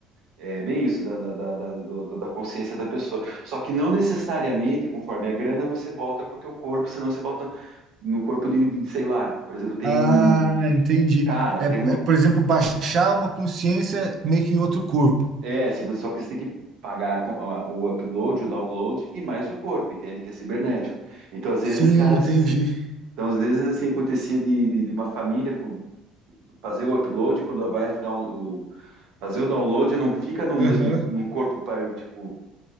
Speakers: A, on the right; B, on the right.
A: é bem isso, da, da, da, da- do- da consciência da pessoa. Só que não necessariamente, conforme a grana, você volta com o teu corpo, senão você volta no corpo de, de, sei lá, por exemplo, tem
B: Ah,
A: um.
B: entendi.
A: Cara,
B: É,
A: tem uma.
B: é, por exemplo, baixar uma consciência meio que em outro corpo.
A: É, se você- só que você tem que pagar a a- o upload, o download e mais o corpo, entende? Que é cibernético. Então, às vezes,
B: Sim,
A: cara,
B: entendi.
A: se- se- então, às vezes, assim, acontecia de, de- de uma família com- fazer o upload, quando vai dar o, o- fazer o download, não fica no
B: Aham.
A: mesmo, num corpo, pa- tipo, o